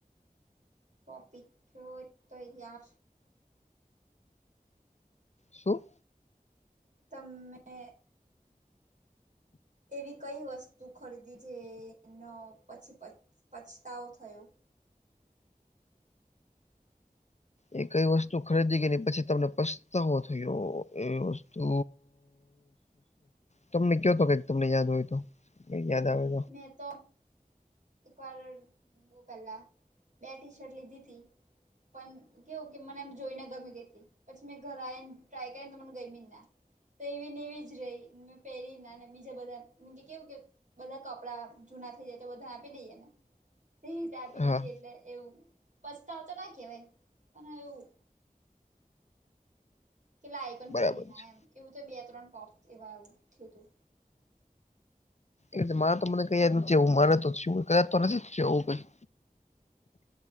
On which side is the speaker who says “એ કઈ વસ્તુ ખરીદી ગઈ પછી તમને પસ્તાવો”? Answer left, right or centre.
Left